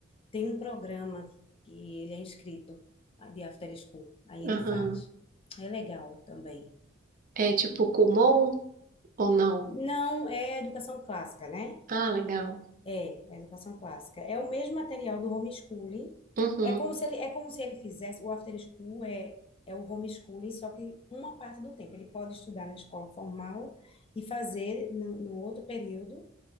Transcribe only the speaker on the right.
Aham.
É tipo Kumon ou não?
Ah, legal.
Uhum.